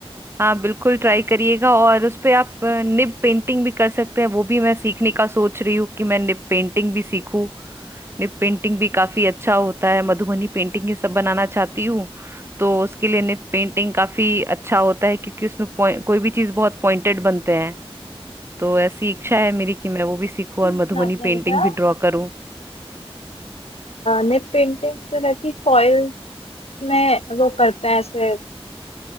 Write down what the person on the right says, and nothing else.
हाँ बिल्कुल ट्राई करिएगा और उस पे आप अ, निब पेंटिंग भी कर सकते हैं वो भी मैं सीखने का सोच रही हूँ कि मैं निब पेंटिंग भी सीखूं निब पेंटिंग भी काफी अच्छा होता है मधुबनी पेंटिंग ये सब बनाना चाहती हूँ तो उसके लिए निब पेंटिंग काफी अच्छा होता है क्योंकि उसमें point- कोई भी चीज बहुत पॉइंटेड बनते हैं तो ऐसी इच्छा है मेरी कि मैं वो भी सीखूं
और मधुबनी पेंटिंग
भी ड्रॉ करूं